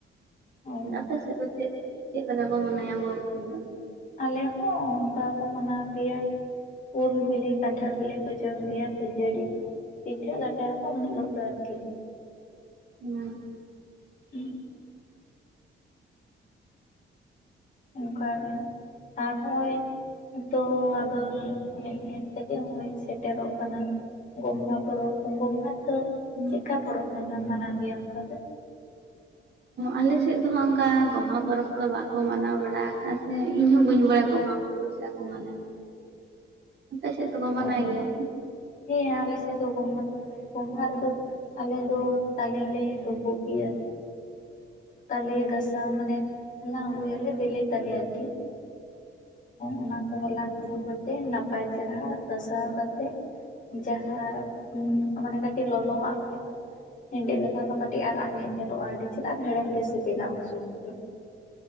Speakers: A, on the left (about 40°); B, on the right (about 55°).
A: ᱚ
B: ᱟᱯᱮ ᱥᱮᱜ ᱫᱚ ᱪᱮᱜ ᱪᱮᱜ ᱞᱮᱠᱟ ᱠᱚ ᱢᱟᱱᱟᱭᱟ ᱜᱚ ᱟᱢᱵᱟᱵᱚᱛᱤ ᱫᱚ
A: ᱟᱞᱮ ᱦᱚᱸ ᱚᱱᱠᱟ ᱜᱮ ᱠᱚ ᱢᱟᱱᱟᱣ ᱜᱮᱭᱟ ᱩᱞ ᱵᱤᱞᱤ ᱠᱟᱱᱴᱟᱲ ᱵᱮᱞᱤ ᱠᱚ ᱡᱚᱢ ᱜᱮᱭᱟ ᱠᱷᱟᱹᱡᱟᱹᱲᱤ ᱠᱚ ᱯᱤᱴᱷᱟᱹ ᱞᱟᱴᱟᱭᱟ ᱠᱚ ᱮᱱᱦᱤᱞᱚᱜ ᱫᱚ ᱟᱨᱠᱤ
B: <inaudible>
A: <inaudible> ᱚᱱᱠᱟ ᱜᱮ ᱛᱟᱯᱚᱨᱮ ᱛᱚ ᱟᱫᱚ ᱧᱮᱞ ᱧᱮᱞ ᱛᱮᱜᱮ ᱦᱚᱸᱜᱼᱚᱭ ᱥᱮᱴᱮᱨᱚᱜ ᱠᱟᱱᱟ ᱜᱚᱢᱦᱟ ᱯᱚᱨᱚᱵᱽ ᱜᱚᱢᱦᱟ ᱨᱮᱫᱚ
B: ᱦᱮᱸ
A: ᱪᱮᱜᱠᱟ ᱯᱚᱨᱚᱵᱽ ᱯᱮ ᱢᱟ ᱢᱟᱱᱟᱣ ᱜᱮᱭᱟ ᱚᱱᱠᱟ ᱫᱚ
B: ᱟᱞᱮ ᱥᱮᱫ ᱫᱚ ᱦᱟᱸᱜ ᱚᱱᱠᱟ ᱜᱚᱢᱦᱟ ᱯᱚᱨᱚᱵᱽ ᱠᱚᱫᱚ ᱵᱟᱠᱚ ᱢᱟᱱᱟᱣ ᱵᱟᱲᱟ ᱟᱠᱟᱜᱼᱟ ᱥᱮ ᱤᱧ ᱦᱚᱸ ᱵᱟᱹᱧ ᱵᱟᱲᱟᱭᱟ ᱜᱚᱢᱦᱟ <unintelligible> ᱠᱚ ᱢᱟᱱᱮ ᱟᱯᱮ ᱥᱮᱫ ᱫᱚᱠᱚ ᱢᱟᱱᱟᱣ
A: ᱚ
B: ᱜᱮᱭᱟ
A: ᱦᱮᱸ ᱟᱞᱮ ᱥᱮᱫ ᱫᱚ ᱜᱚᱢᱦᱟ ᱫᱚ <unintelligible> ᱜᱚᱢᱦᱟ ᱨᱮᱫᱚ ᱟᱞᱮ ᱫᱚ ᱛᱟᱞᱮ ᱞᱮ ᱰᱳᱵᱳᱜ ᱜᱮᱭᱟ ᱛᱟᱞᱮ ᱜᱟᱥᱟᱣ ᱢᱟᱱᱮ ᱦᱟᱞᱟᱝ ᱟᱹᱜᱩᱭᱟᱞᱮ ᱵᱮᱞᱮ ᱛᱟᱞᱮ ᱟᱨᱠᱤ ᱚᱱᱟ ᱠᱚ ᱦᱟᱞᱟᱝ ᱟᱹᱜᱩ ᱠᱟᱛᱮ ᱱᱟᱯᱟᱭ ᱪᱮᱨᱦᱟ ᱜᱟᱥᱟᱣ ᱠᱟᱛᱮ ᱡᱟᱦᱟᱸ ᱢᱟᱱᱮ ᱠᱟᱹᱴᱤᱡ ᱞᱚᱞᱚᱣᱟᱜ ᱦᱩᱭᱩᱜᱼᱟ ᱦᱮᱸᱰᱮᱜ ᱞᱮᱠᱷᱟᱱ ᱫᱚ ᱠᱟᱹᱴᱤᱡ ᱟᱨᱟᱜ ᱧᱮᱜ ᱧᱮᱞᱚᱜᱼᱟ ᱟᱹᱰᱤ ᱪᱮᱨᱦᱟ ᱦᱮᱲᱮᱢ ᱜᱮ ᱥᱤᱵᱤᱞᱟ ᱩᱱ ᱥᱚᱢᱚᱭ ᱫᱚ